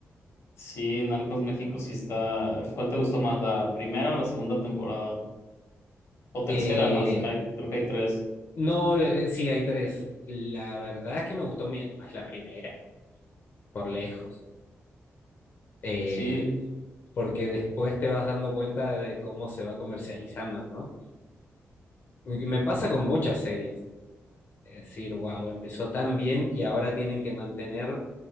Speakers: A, on the left (about 75°); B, on the left (about 50°).
A: sí, Narcos México sí está. ¿Cuál te gustó más, la primera o la segunda temporada? O tercera
B: Eh,
A: más, hay, creo que hay tres.
B: no, eh, sí, hay tres. La verdad es que me gustó mi- más la primera, por lejos, Eh,
A: Sí,
B: porque después te vas dando cuenta de cómo se va comercializando, ¿no? Y Me pasa con muchas series. Es decir, wow, empezó tan bien y ahora tienen que mantener